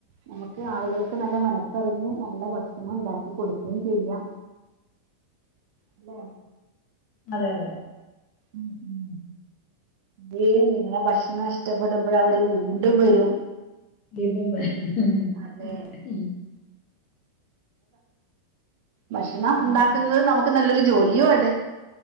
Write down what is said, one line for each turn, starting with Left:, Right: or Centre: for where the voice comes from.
Right: നമുക്ക് ആളുകൾക്ക് നല്ല മനസ്സറിഞ്ഞ് നല്ല ഭക്ഷണം ഉണ്ടാക്കി കൊടുക്കുകയും ചെയ്യാം അല്ലെ
Left: അതെ അതെ
Right: ഉം ഉം അത നിങ്ങളെ ഭക്ഷണം ഇഷ്ടപ്പെടുമ്പോൾ അവര് വീണ്ടും വരും
Left: <unintelligible>
Right: അതെ ഭക്ഷണം
Left: ഉം
Right: ഉണ്ടാക്കുന്നത് നമുക്ക് നല്ല ജോലിയുംണ്